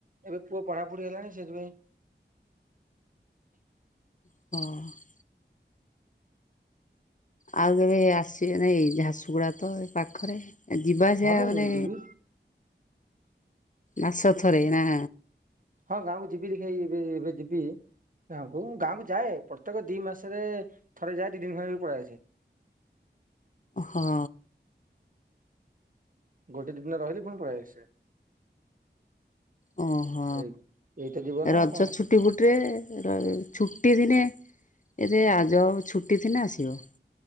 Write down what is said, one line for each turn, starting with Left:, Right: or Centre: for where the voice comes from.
Right: ଏବେ ପୁଅ ପଢାପଢି ହେଲାଣି ସେଥିପାଇଁ
Left: ହଁ। ଆଉ କେବେ ଆସିବେ ନା ଏଇ ଝାରସୁଗୁଡା ତ ଏ ପାଖରେ। ଯିବା ଆସିବା
Right: ହଁ ମୁଁ
Left: ମାନେ
Right: ଯିବି
Left: ମାସକ ଥରେ ନା
Right: ହଁ ଗାଁକୁ ଯିବି ଦେଖିଆ ଏଇ ଏବେ ଏବେ ଯିବି ଗାଁକୁ ମୁଁ ଗାଁକୁ ଯାଏ ପ୍ରତ୍ୟେକ ଦି ମାସରେ ଥରେ ଯାଏ ଦି ଦିନ ଖଣ୍ଡେ ରହି ପଳେଇ ଆସେ।
Left: ହଁ।
Right: ଗୋଟେ ଦି ଦିନ ରହିଲି ଫୁଣି ପଲେଇ ଆାସେ।
Left: ଓହୋ
Right: ଏଇ ଏଇତ ଜୀବନ
Left: ରଜ
Right: ଆଉ କଣ
Left: ଛୁ ଛୁଟି ଫୁଟିରେ ର ଛୁଟି ଦିନେ ଏରେ ଆଜ ଛୁଟି ଥିନେ ଆସିବ।